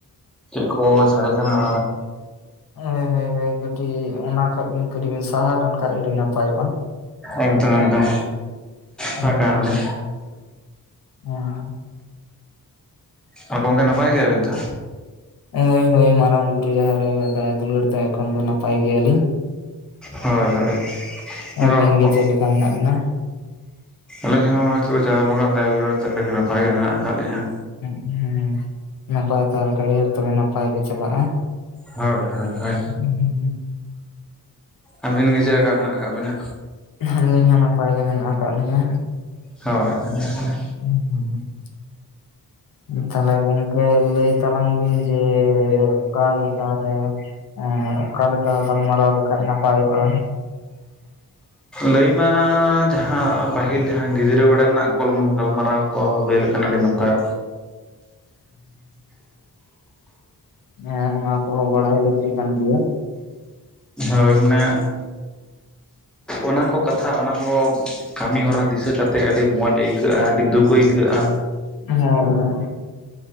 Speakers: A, in the centre; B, on the left (about 60°).
A: ᱪᱮᱫ ᱠᱚ ᱥᱟᱰᱮ ᱠᱟᱱᱟ
B: ᱦᱮᱸ ᱦᱳᱭ ᱦᱳᱭ ᱠᱟᱹᱴᱤᱡ ᱚᱱᱟ ᱠᱷᱚᱡ ᱵᱤᱱ ᱠᱟᱹᱴᱤᱡ ᱵᱤᱱ ᱥᱟᱦᱟ ᱞᱮᱱ ᱠᱷᱟᱱ ᱟᱹᱰᱤ ᱱᱟᱯᱟᱭᱚᱜᱼᱟ
A: ᱮᱠᱫᱚᱢ ᱮᱠᱫᱚᱢ
B: ᱦᱩᱸ
A: ᱪᱟᱞᱟᱜ ᱠᱟᱱᱟᱞᱤᱧ
B: ᱦᱮᱸ
A: ᱟᱨ ᱜᱚᱢᱠᱮ ᱱᱟᱯᱟᱭ ᱜᱮᱭᱟᱵᱤᱱ ᱛᱚ
B: ᱦᱳᱭ ᱦᱳᱭ ᱢᱟᱨᱟᱝ ᱵᱩᱨᱩ ᱡᱟᱦᱮᱨ ᱟᱭᱳ ᱟᱜ ᱫᱟᱭᱟ ᱫᱩᱞᱟᱹᱲ ᱛᱮ ᱮᱠᱷᱚᱱ ᱫᱚ ᱱᱟᱯᱟᱭ ᱜᱮᱭᱟᱞᱤᱧ
A: ᱦᱳᱭ ᱦᱳᱭ
B: ᱟᱵᱤᱱ
A: ᱚᱲᱟᱜ ᱦᱚᱲ
B: ᱜᱮ
A: ᱠᱚ
B: ᱪᱮᱫ ᱞᱮᱠᱟ ᱢᱮᱱᱟᱜ ᱵᱤᱱᱟ
A: ᱟᱹᱞᱤᱧ ᱦᱚᱸ ᱦᱚᱭᱛᱚ ᱪᱟᱸᱫᱳ ᱵᱚᱸᱜᱟ ᱟᱜ ᱫᱟᱭᱟ ᱫᱩᱞᱟᱹᱲ ᱛᱮ ᱟᱹᱰᱤ ᱱᱟᱯᱟᱭ ᱜᱮ ᱢᱮᱱᱟᱜ ᱟᱠᱟᱫ ᱞᱤᱧᱟ
B: ᱦᱮᱸ ᱦᱮᱸ ᱱᱟᱯᱟᱭ ᱛᱟᱦᱮ ᱞᱮᱠᱷᱟᱡ ᱜᱮ ᱛᱚᱵᱮ ᱱᱟᱯᱟᱭ ᱜᱮ ᱪᱟᱞᱟᱜᱼᱟ
A: ᱦᱳᱭ ᱦᱳᱭ ᱦᱳᱭ
B: <unintelligible>
A: ᱟᱹᱵᱤᱱ ᱜᱮ ᱪᱮᱫ ᱞᱮᱠᱟ ᱢᱮᱱᱟᱜ ᱟᱠᱟᱫ ᱵᱤᱱᱟ
B: ᱟᱹᱞᱤᱧ ᱦᱚᱸ ᱱᱟᱯᱟᱭ ᱜᱮ ᱢᱮᱱᱟᱜ ᱟᱠᱟᱫ ᱞᱤᱧᱟ
A: ᱦᱳᱭ ᱦᱮᱸ ᱦᱮᱸ
B: <unintelligible> ᱛᱟᱦᱚᱞᱮ ᱜᱚᱝᱠᱮ ᱞᱟᱹᱭ ᱛᱟᱞᱟᱝ ᱵᱤᱱ ᱡᱮ ᱚᱠᱟᱞᱮᱠᱟ ᱨᱮ ᱚᱠᱟᱞᱮᱠᱟ ᱜᱟᱞᱢᱟᱨᱟᱣ ᱞᱮᱠᱷᱟᱡ ᱱᱟᱯᱟᱭᱚᱜᱼᱟ
A: ᱞᱟᱹᱭ ᱢᱟ ᱡᱟᱦᱟᱸ ᱯᱟᱹᱦᱤᱞ ᱡᱟᱦᱟᱸ ᱜᱤᱫᱽᱨᱟᱹ ᱵᱮᱲᱟ ᱨᱮᱱᱟᱜ ᱜᱟᱞᱢᱟᱨᱟᱣ ᱚ ᱞᱟᱸᱭ ᱞᱮᱠᱷᱟᱱ ᱟᱹᱰᱤ ᱱᱟᱯᱟᱭ
B: ᱦᱮᱸ ᱚᱱᱟ ᱠᱚᱦᱚᱸ ᱵᱟᱲᱟᱭ ᱞᱟᱹᱠᱛᱤ ᱠᱟᱱ ᱜᱮᱭᱟ
A: ᱦᱳᱭ ᱢᱟᱱᱮ ᱚᱱᱟ ᱠᱚ ᱠᱟᱛᱷᱟ ᱚᱱᱟ ᱠᱚ ᱠᱟᱹᱢᱤ ᱦᱚᱨᱟ ᱫᱤᱥᱟᱹ ᱠᱟᱛᱮᱫ ᱟᱹᱰᱤ ᱢᱚᱡᱽ ᱟᱹᱭᱠᱟᱹᱜᱼᱟ ᱟᱹᱰᱤ ᱫᱩᱠ ᱟᱹᱭᱠᱟᱹᱜᱼᱟ
B: ᱦᱳᱭ ᱦᱳᱭ